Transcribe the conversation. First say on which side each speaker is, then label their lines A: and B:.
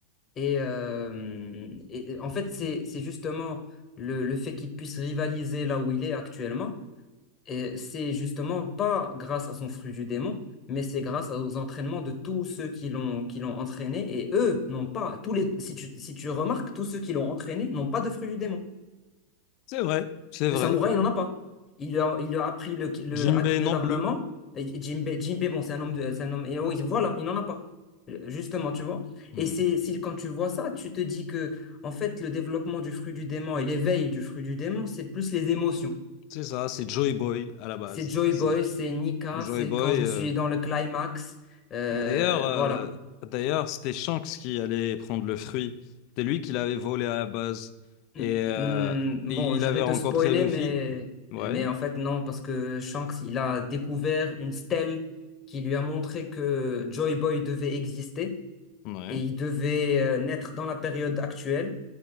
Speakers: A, on the left; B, on the left.
A: Et, euh, et- et en fait, c'est, c'est justement le, le fait qu'il puisse rivaliser là où il est actuellement et c'est justement pas grâce à son fruit du démon, mais c'est grâce aux entraînements de tous ceux qui l'ont qui l'ont entraîné. Et eux n'ont pas, tous les, si tu, si tu remarques, tous ceux qui l'ont entraîné n'ont pas de fruit du démon.
B: C'est vrai, c'est
A: Le
B: vrai.
A: samouraï, il n'en a pas. Il lui a, il lui a appris le, le
B: Jinbei
A: acquis de
B: non
A: l'armement.
B: plus.
A: Et Jinbei, Jinbei, bon, c'est un homme de, c'est un homme, et oui, voilà, il n'en a pas. Justement, tu vois.
B: Mm.
A: Et c'est, si, quand tu vois ça, tu te dis que, en fait, le développement du fruit du démon et l'éveil du fruit du démon, c'est plus les émotions.
B: C'est ça, c'est Joey Boy à la base.
A: C'est Joy
B: C'est
A: Boy, c'est Nika,
B: Joey
A: c'est
B: Boy.
A: quand je
B: euh,
A: suis dans le climax. Euh,
B: D'ailleurs, euh,
A: voilà.
B: d'ailleurs, c'était Shanks qui allait prendre le fruit. C'était lui qui l'avait volé à la base.
A: Mm,
B: Et euh,
A: mm,
B: il
A: bon, je
B: avait
A: vais
B: rencontré
A: te spoiler,
B: Luffy.
A: mais,
B: Ouais,
A: mais en fait, non, parce que Shanks, il a découvert une stèle qui lui a montré que Joy Boy devait exister
B: ouais,
A: et il devait euh, naître dans la période actuelle.